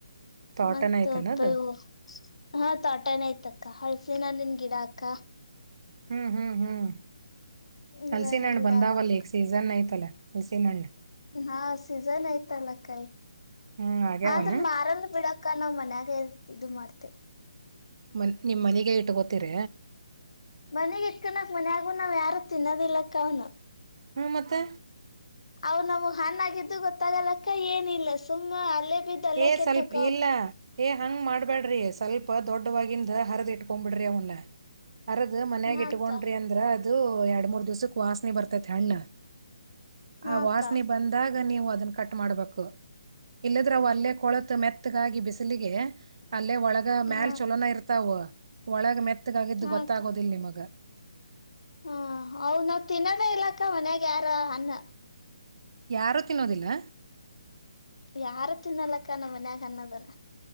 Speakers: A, on the right; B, on the left.
A: ತ್ವಾಟನ
B: ಮತ್ತಪ್ಪಯ್
A: ಐತನದ
B: ಹಾ ತಾಟನಯ್ತಕ್ಕ ಹಳ್ಸಿನ್ನನ್ ಗಿಡ ಅಕ್ಕ.
A: ಹ್ಮ್ ಹ್ಮ್ ಹ್ಮ್
B: ಇವೆಲ್ಲ
A: ಹಲ್ಸಿನ್ ಹಣ್ಣ್
B: ಗಿಡ
A: ಬಂದಾವಲ್ಲಿಗ
B: ಅದಾವಕ್ಕ
A: ಸೀಸನ್ ಐ್ತಲ್ಲ. ಹಲ್ಸಿನಣ್ಣ್
B: ಹಾ ಸೀಸನ್ಐ್ತಲ್ಲಕಾಯ್
A: ಹ್ಮ್ ಆಗ್ಯಾವನ
B: ಆದ್ರ ಮಾರಲ್ ಬಿಡಕ್ಕ ನಾವ್ ಮನ್ ಗ್ ಇದು ಮಾಡ್ತೆ.
A: ಮನ್ ನಿಮ್ಮನೆಗೆ ಇಟ್ಗೊತೀರ.
B: ಮನೆಗಿಟ್ಕನಕ್ ಮನ್ಯಾಗು ನಾವ್ ಯಾರು ತಿನ್ನದಿಲ್ಲಕ್ಕ ಅವ್ನ.
A: ಹ್ಮ ಮತ್ತ.
B: ಅವ್ ನಮ್ಗ್ ಹಾಣ್ಣಾಗಿದ್ದು ಗೊತ್ತಾಗಲಕ್ಕ ಏನಿಲ್ಲ ಸುಮ್ಮ ಅಲ್ಲೇ ಬಿದ್ ಅಲ್ಲೇ
A: ಏ
B: ಕೆಟ್ಟೋಕವ್
A: ಸ್ವಲ್ಪ ಇಲ್ಲ
B: ಅಕ್ಕ
A: ಏ ಹಂಗ್ ಮಾಡ್ಬ್ಯಾಡ್ರಿ ಸ್ವಲ್ಪ ದೊಡ್ಡವಾಗಿಂದ ಹರ್ದಿ ಇಟ್ಕೊಬಿಡ್ರಿ ಅವ್ನ. ಅರ್ದ್ ಮನ್ಯಾಗಿಟ್ಕೊಂಡ್ರಿ
B: ಹಾ ಅಕ್ಕ
A: ಅಂದ್ರ ಅದ್ ದು ಎರಡ್ಮೂರ್ ದಿವ್ಸಕ್ ವಾಸ್ನಿ ಬರ್ತೈತಿ ಹಣ್ಣ್.
B: ಹಾ
A: ಆ
B: ಅಕ್ಕ
A: ವಾಸ್ನಿ ಬಂದಾಗ ನೀವು ಅದನ್ನ ಕಟ್ ಮಾಡ್ಬೇಕು ಇಲ್ಲ್ ದ್ರ ಅವ್ವಲ್ಲೇ ಕೊಳ್ತ್ ಮೆತ್ತಗಾಗಿ ಬಿಸ್ಲಿಗೆ ಅ ರೈಲ್ವೆ ಒಳಗ ಮ್ಯಾಲ್
B: ಹಾ
A: ಚಲೋನ ಇರ್ತಾವ. ಒಳಗ ಮೆತ್ತ್ ತ್ಗಾಗಿದ್ದು
B: ಹಾ
A: ಗೊತ್ತಾಗೋದಿಲ್ಲ
B: ಅಕ್ಕ
A: ನಿಮ್ಗ.
B: ಹಾ ಅವು ನಾವ್ ತಿನ್ನೋದೇ ಇಲ್ಲಕ್ಕ ಮನೆಗ ಯಾರ ಹಣ್ಣ.
A: ಯಾರು ತಿನ್ನೋದಿಲ್ಲ.
B: ಯಾರು ತಿನ್ನಲಕ್ಕ ನಮ್ಮ ಮನೆಗ ಹಣ್ಣ ದನ.